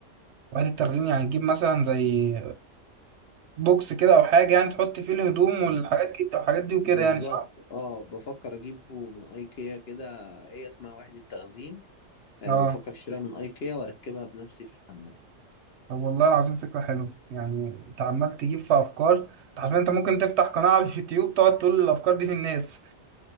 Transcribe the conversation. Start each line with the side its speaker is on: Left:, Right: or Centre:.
Right: وحدة التخزين يعني تجيب مثلا زي بوكس كده او حاجة يعني تحط فيه الهدوم
Left: م.
Right: والحاجات كده والحاجات دي وكده
Left: بالظبط
Right: يعني صح
Left: اه بفكر اجيبه من ايكيا كده ايه اسمها وحده تخزين آه،
Right: اه
Left: بفكر اشتريها من ايكيا واركبها بنفسي في الحمام
Right: طب والله العظيم فكرة حلوة يعني انت عمال تجيب في افكار انت عارف انت ممكن تفتح قناة على اليوتيوب تقعد تقول الافكار دي للناس